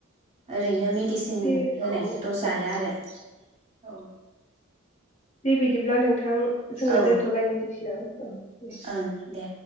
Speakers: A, on the right; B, on the left.
A: ओरैनो मिट डिसिन
B: दे
A: होनायखौथ'
B: औ औ
A: जाया आरो। औ।
B: दे बिदिब्ला नों। नोंथां जोङो
A: औ
B: दोनथ'लायनसिसै दां औ दे।
A: ओं दे।